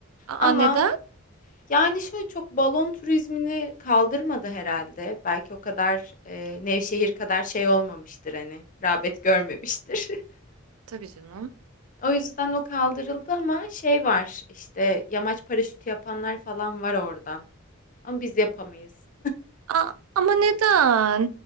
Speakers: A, on the right (about 80°); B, on the left (about 35°).
A: Aa
B: Ama
A: neden?
B: Yani, şöyle, çok balon turizmini kaldırmadı herhalde. Belki o kadar, eee, Nevşehir kadar şey olmamıştır, hani, rağbet görmemiştir. <laughs>
A: Tabii canım.
B: O yüzden o kaldırıldı ama şey var, işte, yamaç paraşütü yapanlar falan var oradan ama biz yapamayız.
A: Aa, ama neden?